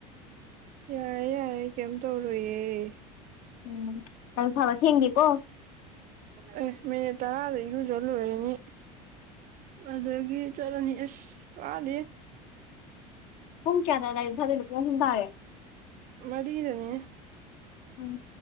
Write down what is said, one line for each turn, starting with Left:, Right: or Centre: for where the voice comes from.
Right: ꯌꯥꯏꯌ‌ꯦ ꯌꯥꯏꯌ‌ꯦ ꯀꯩꯝ ꯇꯧꯔ‌ꯣꯏꯌ‌ꯦ
Left: ꯎꯝ <unintelligible> ꯊꯤꯡꯗꯦꯀꯣ
Right: ꯑꯦ ꯃꯤꯅꯤꯠ ꯇꯔꯥꯗ ꯏꯔꯨꯖ ꯂꯣꯏꯔꯅꯤ꯫ ꯑꯗꯒꯤ ꯆꯠꯂꯅꯤ ꯑꯁ ꯋꯥꯔꯤꯌꯦ
Left: ꯄꯨꯡ ꯀꯌꯥꯗ ꯂꯥꯏ ꯗꯨꯛ ꯊꯥꯗꯣꯏꯅꯣ ꯄꯨꯡ ꯑꯍꯨꯝ ꯇꯥꯔꯦ
Right: ꯃꯔꯤꯗꯅꯤꯅꯦ
Left: ꯎꯝ